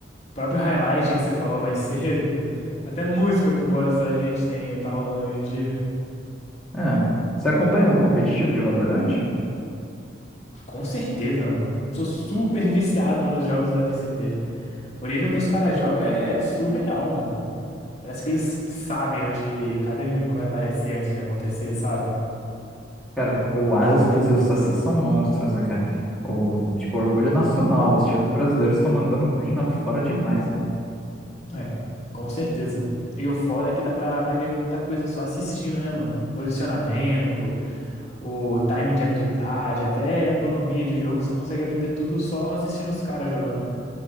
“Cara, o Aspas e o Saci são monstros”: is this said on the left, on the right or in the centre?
Centre